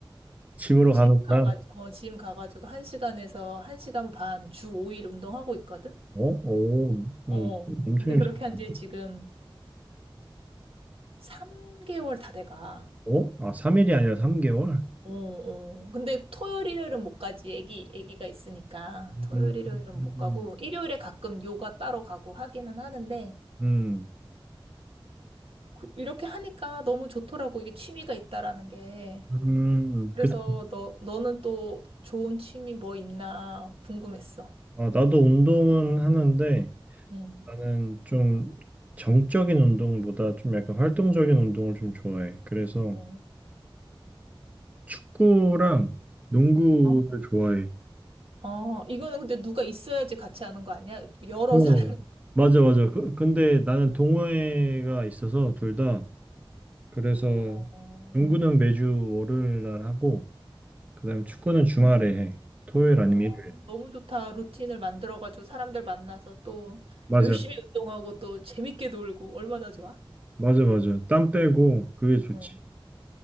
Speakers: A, on the right; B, on the right.
A: 짐으로
B: 짐
A: 가는구나.
B: 가가지고, 어, 짐 가가지고 1시간에서 1시간 반 주 5일 운동하고 있거든?
A: 어? 오, 어,
B: 어.
A: 엄청
B: 근데
A: 열심히
B: 그렇게 한지
A: 가네.
B: 지금 3개월 다 돼가.
A: 어? 아, 3일이 아니라 3개월?
B: 어, 어. 근데 토요일, 일요일은 못 가지. 애기, 애기가 있으니까.
A: 음,
B: 토요일, 일요일은 못
A: 음,
B: 가고, 일요일에 가끔 요가 따로 가고 하기는 하는데,
A: 음,
B: 그- 이렇게 하니까 너무 좋더라고. 이게 취미가 있다라는 게.
A: 음,
B: 그래서
A: 그치.
B: 너, 너는 또 좋은 취미 뭐 있나 궁금했어.
A: 아, 나도 운동은 하는데,
B: 응.
A: 나는 좀 정적인 운동보다 좀 약간 활동적인 운동을 좀 좋아해. 그래서
B: 응.
A: 축구랑 농구를
B: 어?
A: 좋아해.
B: 어, 이거는 근데 누가 있어야지 같이 하는 거 아니야? 여러
A: 어,
B: 사람이.
A: 맞아, 맞아. 그, 근데 나는 동호회가 있어서 둘 다. 그래서
B: <laughs> 어,
A: 농구는 매주 월요일 날 하고, 그다음 축구는 주말에 해. 토요일 아니면
B: 어,
A: 일요일.
B: 너무 좋다. 루틴을 만들어가지고 사람들 만나서 또
A: 맞아,
B: 열심히 운동하고 또 재밌게 놀고 얼마나 좋아?
A: 맞아, 맞아. 땀 빼고 그게 좋지.
B: 응.